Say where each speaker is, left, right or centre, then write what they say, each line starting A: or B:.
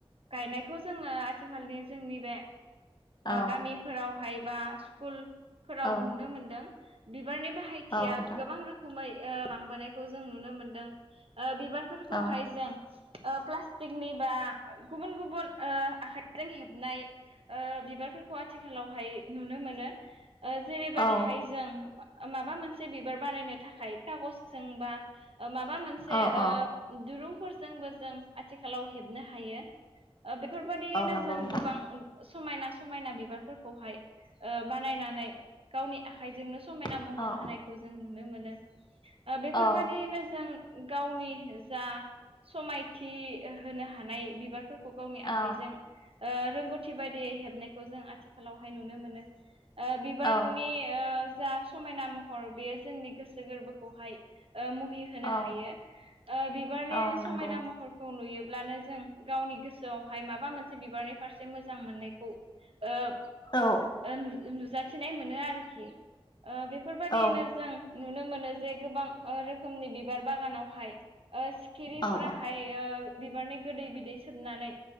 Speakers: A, on the right; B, on the left.
A: गायनायखौ जोङो आथिखालनि जोंनि बे
B: औ
A: गामिफोरावहाय बा स्कुलफोराव
B: औ
A: नुनो मोनदों। बिबारनि बाहायथिया
B: औ नोंथां
A: गोबां रोखोमै बांबोनायखौ जों नुनो मोनदों। बिबारफोरखौहाय
B: औ
A: जों फ्ला थिगनि बा गुबुन गुबुन आखाइजों हेबनाय ओ बिबारफोरखौ आथिखालावहाय नुनो मोनो जेरैबायदिहाय
B: औ
A: जों माबा मोनसे बिबार बानायनो थाखाय खागसजों बा माबा मोनसे
B: औ औ
A: दुरुं जोंबो जों आथिखालाव हेबनो हायो बेफोरबायदियैनो
B: औ नंगौ
A: जों
B: नोंथां
A: गोबां समायना समायना बिबारफोरखौहाय ओ बानायनानै गावनि आखाइजोंनो समायना
B: औ
A: महर होनायखौ जों नुनो मोनो। ओ बेफोरबायदियैनो
B: औ
A: जों गावनि जा समायना थि होनो हानाय बिबारफोरखौ गावनि
B: औ
A: आखाइजों ओ रोंगौथि बायदियै हेबनायखौ जों आथिखालावहाय नुनो मोनो। ओ बिबारनि
B: औ
A: ओ जा समायना महर बेयो जोंनि गोसो गोरबोखौहाय ओ मुहि होनो
B: औ
A: हायो। ओ बिबारनि
B: औ
A: समायना
B: नंगौ
A: महरखौ नुयो ब्लानो जों गावनि गोसोआवहाय माबा मोनसे बिबारनि फारसे मोजां मोननायखौ ओ
B: औ
A: नुजाथिनाय मोनो आरोखि ओ बेफोरबाददियैनो
B: औ
A: जों नुनो मोनो जे गोबां रोखोमनि बिबार बागानावहाय ओ सिखिरिफोराहाय
B: औ
A: ओ बिबारनि गोदै बिदै सोबनानै